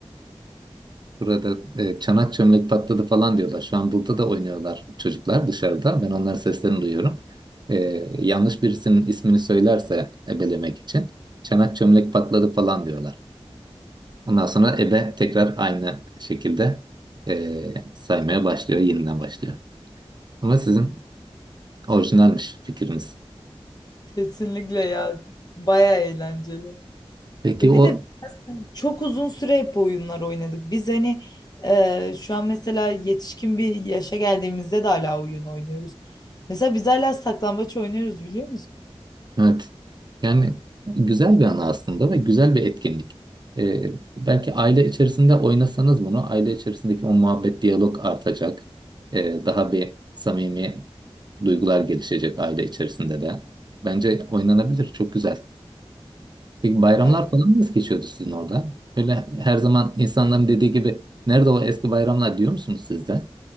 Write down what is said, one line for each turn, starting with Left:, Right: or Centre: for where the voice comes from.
Right: Burada e, çanak çömlek patladı falan diyorlar. Şu an burada da oynuyorlar çocuklar dışarıda. Ben onların seslerini duyuyorum. Ee, yanlış birisinin ismini söylerse ebelemek için çanak çömlek patladı falan diyorlar. Ondan sonra ebe tekrar aynı şekilde e, saymaya başlıyor, yeniden başlıyor. Ama sizin orijinalmiş fikriniz.
Left: Kesinlikle ya. Baya eğlenceli.
Right: Peki
Left: E
Right: o
Left: bir de çok uzun süre hep oyunlar oynadık. Biz hani e, şu an mesela yetişkin bir yaşa geldiğimizde de hala oyun oynuyoruz. Mesela biz hala saklambaç oynuyoruz biliyor musun?
Right: Evet. Yani güzel bir ana aslında ve güzel bir etkinlik. Ee, belki aile içerisinde oynasanız bunu, aile içerisindeki o muhabbet, diyalog artacak. Ee, daha bir samimi duygular gelişecek aile içerisinde de. Bence oynanabilir, çok güzel. Peki bayramlar
Left: Evet.
Right: falan nasıl geçiyordu sizin orada? Böyle her zaman insanların dediği gibi, nerede o eski bayramlar diyor musunuz siz de?